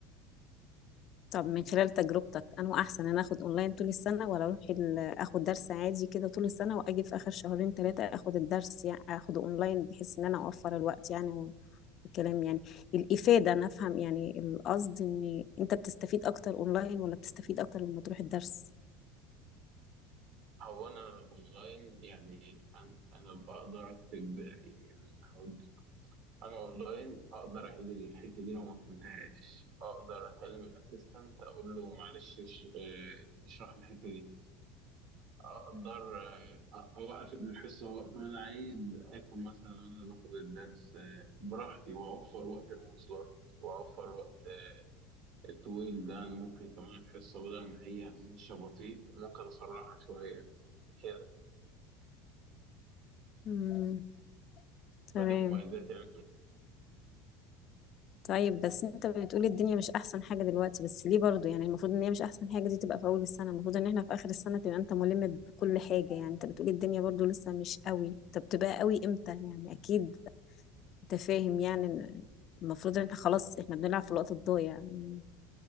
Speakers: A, on the left; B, on the right.
A: طب من خلال تجربتك انه احسن انا اخد اونلاين طول السنة ولا اروح ال- اخد درس عادي كده طول السنة واجي في اخر شهرين ثلاثة اخد الدرس يعني اخده اونلاين بحيث ان انا اوفر الوقت يعني الكلام يعني الإفادة أنا أفهم يعني القصد إن أنت بتستفيد أكتر أونلاين ولا بتستفيد أكتر لما تروح الدرس
B: هو انا اونلاين يعني انا أنا بقدر اكتب يعني هقول لك. انا اونلاين اقدر اعيد الحته دي لو ما فهمتهاش اقدر اكلم الاسيستنت اقول له معلش اش- اه، اشرح الحته دي اقدر آه، اوقف الحصه وقت ما انا عايز اكل مثلا وانا باخد الدرس آه، براحتي واوفر وقت المواصلات واوفر وقت آه، الطويل ده انا ممكن كمان الحصه بدل ما هي مش بطيء ممكن اسرعها شويه كده
A: مم. تمام
B: فده مميزات يعني
A: طيب بس أنت بتقولي الدنيا مش أحسن حاجة دلوقتي بس ليه برضو يعني المفروض إن هي مش أحسن حاجة دي تبقى في أول السنة المفروض إن إحنا في آخر السنة تبقى أنت ملم بكل حاجة يعني أنت بتقولي الدنيا برضو لسه مش قوي طب تبقى قوي إمتى يعني أكيد أنت فاهم يعني إن المفروض إن إحنا خلاص إحنا بنلعب في الوقت الضايع يعني